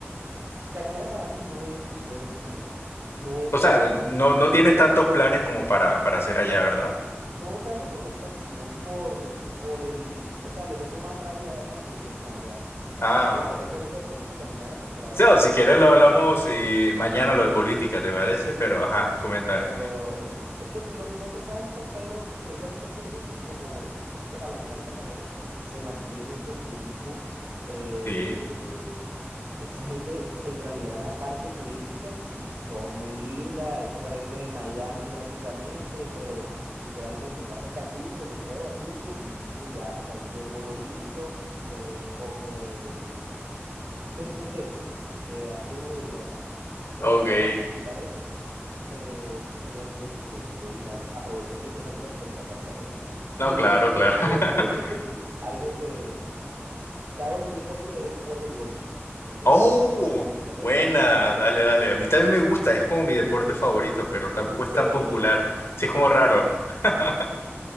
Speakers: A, on the right; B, on the left.
A: Cartagena para mí no es buena ciudad. No es bonita
B: O sea, no,
A: ni siquiera,
B: no tienes
A: porque
B: tantos
A: es que
B: planes como para, para hacer allá, ¿verdad?
A: No tanto por los planes, sino por, por el, o sea, le tengo más rabia es al gobierno allá.
B: Ah,
A: No me voy a meter con eso de política ni nada, porque la verdad
B: o si
A: soy,
B: quieres lo hablamos eh, mañana lo de política, ¿te parece? Pero, ajá,
A: Lo va-
B: coméntame.
A: Pero es, es que no, no sé tanto, pero precisamente es que ellos, como pues a la final Cartagena se mantiene del turismo, eh,
B: Sí,
A: esa gente en realidad la parte turística, sí, es todo muy linda, eso parece Miami prácticamente, pero literalmente pasas Basurto, el mercado de Basurto, listo, ya hasta ahí llegó lo lindo, se ve el poco de, <laughs> de, de basura y lo demás. Pero
B: ok.
A: bueno, ya para finiquitar eso. Eh, nada más quería decir eso porque te dije, a- aprovecho siempre para tirarle hate a Cartagena. <laughs> Algo
B: No, claro,
A: que,
B: claro.
A: que-
B: <laughs>
A: <laughs> algo que, que hago en mi tiempo libre es jugar voleibol. Me gusta
B: Oh,
A: jugar voleibol, me encanta
B: buena,
A: jugar voleibol.
B: dale, dale. A mí también me gusta, es como mi deporte favorito, pero tampoco
A: En serio.
B: es tan popular. Sí, es como raro. <laughs>